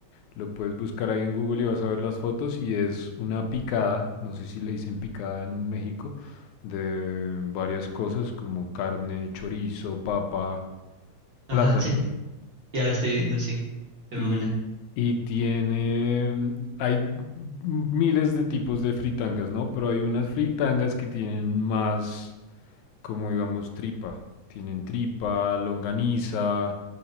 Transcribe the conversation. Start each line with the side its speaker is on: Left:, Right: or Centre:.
Left: Lo puedes buscar ahí en Google y vas a ver las fotos y es una picada, no sé si le dicen picada en México, de varias cosas como carne, chorizo, papa,
Right: Ajá,
Left: plátano
Right: sí, ya la estoy viendo, sí, se
Left: y,
Right: ve buena.
Left: y tiene, hay miles de tipos de fritangas, ¿no? Pero hay unas fritangas que tienen más, como digamos, tripa. Tienen tripa, longaniza.